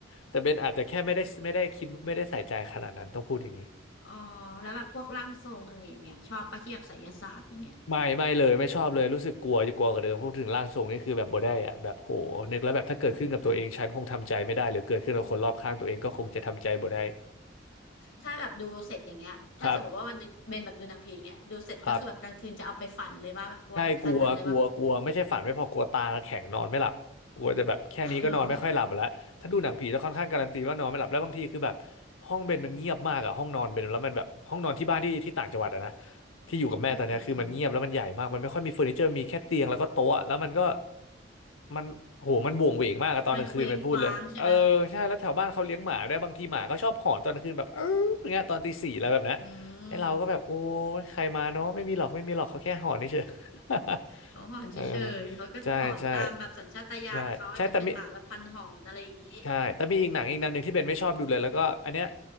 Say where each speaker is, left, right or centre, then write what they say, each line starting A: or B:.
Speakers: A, on the left (about 80°); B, on the left (about 70°).
A: แต่เบนอาจจะแค่ไม่ได้ไม่ได้คิดไม่ได้ใส่ใจขนาดนั้นต้องพูดอย่างนี้
B: อ๋อแล้วแบบพวกร่างทรงอะไรอย่างเงี้ยชอบปะที่แบบไสยศาสตร์อย่างเงี้ย
A: ไม่ไม่เลยไม่ชอบเลยรู้สึกกลัวจะกลัวกว่าเดิมพูดถึงร่างทรงนี่คือแบบบ่ได้อะแบบโหนึกแล้วแบบถ้าเกิดขึ้นกับตัวเองฉันคงทำใจไม่ได้หรือเกิดขึ้นกับคนรอบข้างตัวเองก็คงจะทำใจบ่ได้
B: โอ้ยถ้าแบบดูเสร็จอย่างเงี้ยถ้าสมมติว่าวันหนึงเบนแบบดูหนังผีอย่างเงี้ยดูเสร็จก็คือแบบกลางคืนจะเอาไปฝันเลยว่าแบบกลัวถึงขั้นนั้นเลยว่า
A: ครับครับ ใช่กลัวกลัวกลัวไม่ใช่ฝันไม่พอกลัวตาแข็งนอนไม่หลับกลัวจะแบบแค่นี้ก็นอนไม่ค่อยหลับแล้วถ้าดูหนังผีจะค่อนข้างการันตีว่านอนไม่หลับแล้วบางทีคือแบบ
B: <laughs> หรอ
A: ห้องเบนมันเงียบมากอะห้องนอนเบนแล้วมันแบบห้องนอนที่บ้านที่ที่ต่างจังหวัดอะนะที่อยู่กับแม่ตอนเนี้ยคือมันเงียบแล้วมันใหญ่มากมันไม่ค่อยมีเฟอร์นิเจอร์มีแค่เตียงแล้วก็โต๊ะแล้วมันก็
B: อืมอืมอืม
A: มันโหมันโหวงเหวงมากอะตอนกลางคืนมันพูดเลยเออใช่แล้วแถวบ้านเขาเลี้ยงหมาด้วยบางทีหมาก็ชอบหอนตอนกลางคืนแบบเอออย่างเงี้ยตอนตีสี่อะไรแบบนั้นไอ้เราก็แบบโอ้ยใครมาเนาะไม่มีหรอกไม่มีหรอกเขาแค่หอนเฉย
B: มันเคว้งคว้างใช่ไหมอืม
A: <laughs>
B: เขาหอนเฉยๆเขาก็หอนตามแบบสัญชาตญาณเขาอาจจะเป็นหมาแบบพันหอนอะไรอย่างงี้
A: เออใช่ใช่ใช่ใช่แต่มีใช่แต่มีอีกหนังอีกแนวหนึ่งที่เบนไม่ชอบดูเลยแล้วก็อันเนี้ย